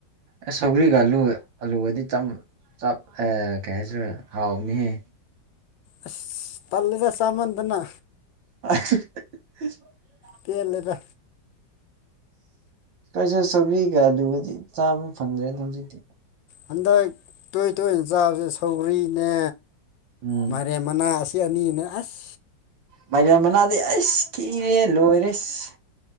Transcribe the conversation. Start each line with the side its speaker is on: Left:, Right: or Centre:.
Right: ꯑꯁ ꯁꯧꯒ꯭ꯔꯤꯒ ꯑꯂꯨꯒ ꯑꯂꯨꯒꯗꯤ ꯆꯝ ꯆꯥꯛ ꯑꯦ ꯀꯩ ꯍꯥꯏꯁꯤꯔ ꯍꯥꯎꯕꯅꯦꯍꯦ
Left: ꯑꯥꯁ ꯇꯜꯂꯦꯗ ꯆꯥꯃꯟꯗꯅ
Right: INAUDIBLE
Left: ꯄꯦꯜꯂꯦꯗ
Right: ꯀꯩꯁꯨ ꯁꯧꯒ꯭ꯔꯤꯒ ꯑꯂꯨꯒꯗꯤ ꯆꯥꯕ ꯐꯪꯗ꯭ꯔꯦꯗ ꯍꯧꯖꯤꯛꯇꯤ
Left: ꯍꯟꯗꯛ ꯇꯣꯏ- ꯇꯣꯏꯅ ꯆꯥꯕꯁꯦ ꯁꯧꯒ꯭ꯔꯤꯅꯦ
Right: ꯎꯝ
Left: ꯃꯥꯏꯔꯦꯟ ꯃꯅꯥ ꯑꯥꯁ ꯀꯅꯤꯅꯦ ꯑꯥꯁ
Right: ꯃꯥꯏꯔꯦꯟ ꯃꯅꯥꯗꯤ ꯑꯩꯁ ꯈꯤꯔꯦ ꯂꯣꯏꯔꯦꯁ